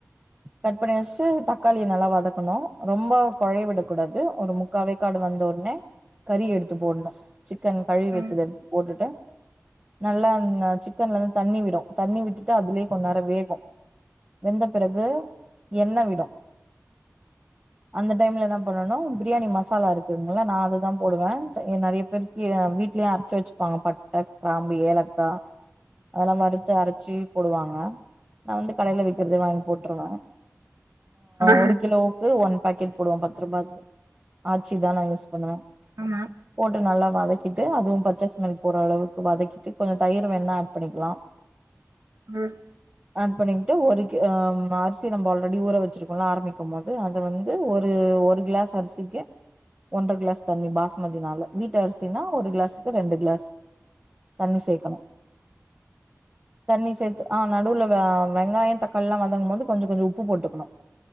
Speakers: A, on the right; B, on the right.
A: கட் பண்ணி வச்சுட்டு தக்காளிய நல்லா வதக்கணும் ரொம்ப கொலைய விட கூடாது ஒரு முக்கா வேக்காடு வந்த உடனே கறி எடுத்து போடணும் சிக்கன் கழுவி
B: ஆ
A: வச்சது எடுத்து போட்டுட்டு நல்லா சிக்கன்ல இருந்து தண்ணி விடும் தண்ணி விட்டுட்டு அதுலயே கொஞ்ச நேரம் வேகும் வெந்த பிறகு எண்ண விடும் அந்த டைம்ல என்ன பண்ணனும் பிரியாணி மசாலா இருக்குதுங்கள நா அததான் போடுவேன் நிறைய பேரு வீட்லயே அரைச்சு வச்சுப்பாங்க பட்டை கிராம்பு ஏலக்காய் அதெல்லாம் வறுத்து அரைச்சு போடுவாங்க நா வந்து கடையில விக்கிறத வாங்கி போட்டுருவேன்
B: ஆ
A: ஒரு கிலோ ஒன் பேக்கெட் போடுவ பத்து ரூபா இது ஆச்சி தா நா யூஸ் பண்ணுவ
B: ஆமா
A: போட்டு நல்லா வதக்கி கிட்டு அதுவும் பச்ச ஸ்மெல் போற அளவுக்கு வதக்கிட்டு கொஞ்சம் தயிர் வேணுனா ஆட் பண்ணிக்கலாம்
B: ம்
A: ஆட் பண்ணிக்கிட்டு ஒரு கி அரிசி நம்ம ஆல்ரெடி ஊற வச்சிருக்கோல ஆரம்பிக்கும் போது அத வந்து ஒரு ஒரு கிளாஸ் அரிசிக்கு ஒன்ற கிளாஸ் தண்ணி பாஸ்மதி நால வீட்டு அரிசினா ஒரு கிளாஸுக்கு ரெண்டு கிளாஸ் தண்ணி சேக்கணும் தண்ணி சேத்து ஆ நடுவுல வெங்காயம் தக்காளில்லாம் வதங்கும் போது கொஞ்சம் கொஞ்சம் உப்பு போட்டுக்கணும்